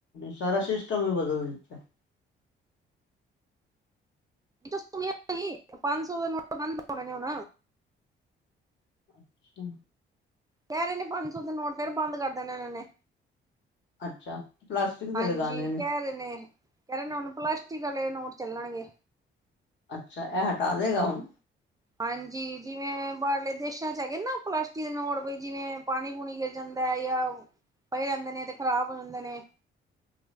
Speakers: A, on the left; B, on the right.
A: ਸਾਰਾ ਸਿਸਟਮ ਹੀ ਬਦਲ ਦਿੱਤਾ,
B: ਏਹ ਸੀ ਪੰਜ ਸੌ ਦੇ ਨੋਟ ਬੰਦ ਹੋਣੇ ਨੇ ਹੁਣ
A: ਅੱਛਾ,
B: ਕਹਿ ਰਹੇ ਨੇ ਪੰਜ ਸੌ ਦੇ ਨੋਟ ਫੇਰ ਬੰਦ ਕਰ ਦੇਣੇ ਨੇ
A: ਅੱਛਾ, ਪਲਾਸਟਿਕ ਦੇ
B: ਹਾਂਜੀ
A: ਲਗਾਣੇ ਨੇ
B: ਕਹਿ ਰਹੇ ਨੇ, ਕਹਿ ਰਹੇ ਨੇ ਪਲਾਸਟਿਕ ਵਾਲੇ ਨੋਟ ਚੱਲਣਗੇ।
A: ਅੱਛਾ ਇਹ ਹੱਟਾ ਦੇਹਗਾ ਹੁਣ।
B: ਹਾਂਜੀ ਜਿਵੇਂ ਬਾਹਰਲੇ ਦੇਸਾਂ ਚ ਹੈਗੇ ਨਾ ਪਲਾਸਟਿਕ ਦੇ ਨੋਟ, ਜਿਵੇਂ ਪਾਣੀ ਪੂਣੀ ਗਿਰ ਜਾਂਦਾ ਪੈ ਗਿਆ, ਪਏ ਰਹਿੰਦੇ ਨੇ ਤੇ ਖ਼ਰਾਬ ਹੋ ਜਾਂਦੇ ਨੇ।